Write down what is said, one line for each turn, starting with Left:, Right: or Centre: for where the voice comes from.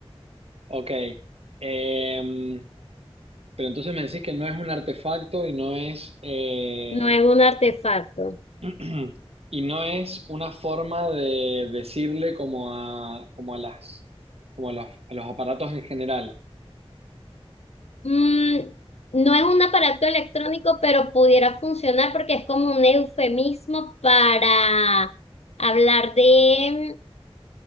Right: Ok. Em, pero entonces me decís que no es un artefacto y no es... eh,
Left: no es un artefacto.
Right: <clears throat> Y no es una forma de decirle como a, como a las, como a las- a los aparatos en general.
Left: Mm, no es un aparato electrónico, pero pudiera funcionar porque es como un eufemismo para hablar de,